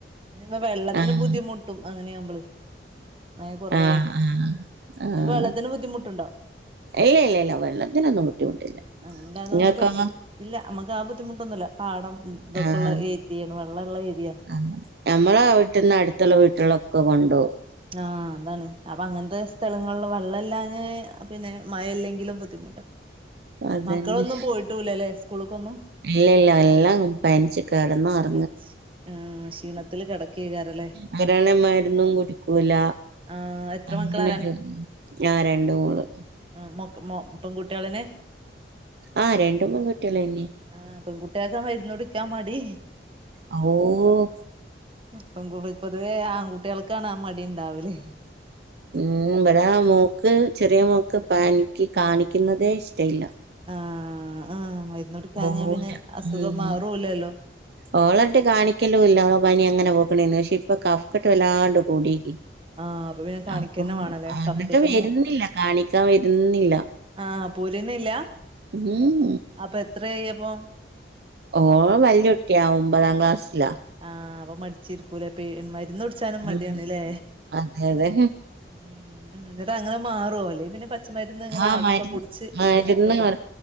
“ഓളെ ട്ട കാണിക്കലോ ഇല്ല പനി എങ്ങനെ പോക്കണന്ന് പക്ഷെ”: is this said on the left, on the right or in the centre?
Right